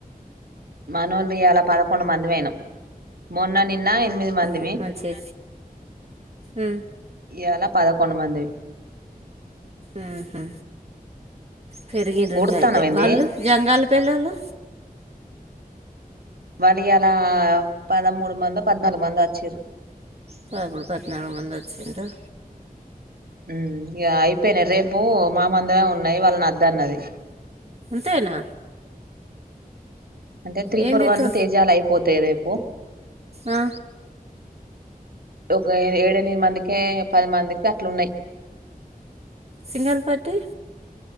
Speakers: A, on the right; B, on the right.
A: మనోళ్లు ఎలా పదకొండు మంది వేయినం మొన్న నిన్న ఎనిమిది మందిమి
B: ఉహు, మంచి ఉమ్,
A: ఇలా పదకో కొంత మందివి
B: ఉ హు పెరిగినంగా
A: ఉడుత్తన్నవ
B: అయితే
A: ఏంది
B: వాళ్ళు జంగాల్ పిల్లలు
A: వాళ్ళు ఈయలా పదమూడు మంద పద్నాలుగు మంది అచ్చిర్రు
B: పదమూడు పద్నాలుగు మంది వచ్చిండారు
A: ఉ ఇగ అయిపోయిన రేపు మామందమే ఉన్నాయి వాళ్ళని అద్ద అన్నది
B: అంతేనా
A: అంటే త్రీ
B: ఏంది
A: ఫోర్ వాలు
B: తో
A: తేజాలు అయిపోతాయి రేపు
B: ఆ,
A: ఒక ఏడ ఎనిమిది మందికి పది మందికి అట్లు ఉన్నాయి
B: సింగల్ పార్టీ